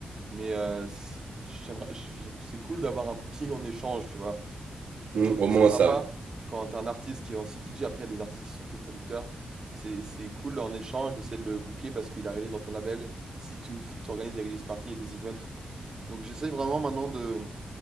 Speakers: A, on the right (about 30°); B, on the right (about 75°).
A: Mais euh, si- j'aimerais, je- je- c'est cool d'avoir un booking en échange, tu vois.
B: Mm.
A: Je trouve que
B: Au moins
A: c'est sympa
B: ça.
A: quand t'as un artiste qui est aussi DJ, après, il y a des artistes qui sont que producteurs. C'est c'est cool en échange d'essayer de le booker parce qu'il a release dans ton label si tu organises des release parties et des events. Donc j'essaye vraiment maintenant de.